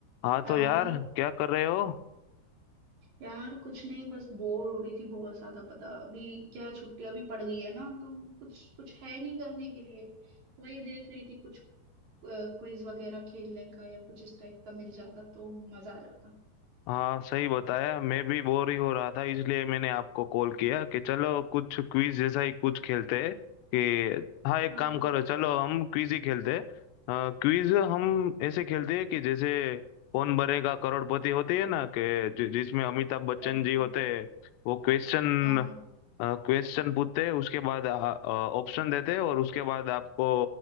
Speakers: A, on the left (about 85°); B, on the right (about 45°).
A: हाँ
B: हाय
A: तो यार क्या कर रहे हो
B: यार कुछ नहीं बस बोर हो रही थी बहुत ज्यादा पता अभी क्या है, छुट्टियां भी पड़ गई है ना तो कुछ कुछ है नहीं करने के लिए वही देख रही थी कुछ क्विज वगैरह खेलने का या कुछ इस टाइप का मिल जाता तो मजा आ जाता
A: हाँ सही बताया मैं भी बोर ही हो रहा था इसलिए मैंने आपको कॉल किया कि चलो कुछ क्विज जैसा ही कुछ खेलते हैं कि हाँ एक
B: हाँ
A: काम करो चलो हम क्विज ही खेलते हैं क्विज हम ऐसे खेलते हैं कि जैसे कौन बनेगा करोड़पति होती है ना कि जि, जिसमें अमिताभ बच्चन
B: ओके
A: जी होते हैं वो क्वेश्चन
B: हाँ हाँ
A: क्वेश्चन पूछते हैं उसके बाद ऑप्शन देते हैं और उसके बाद आपको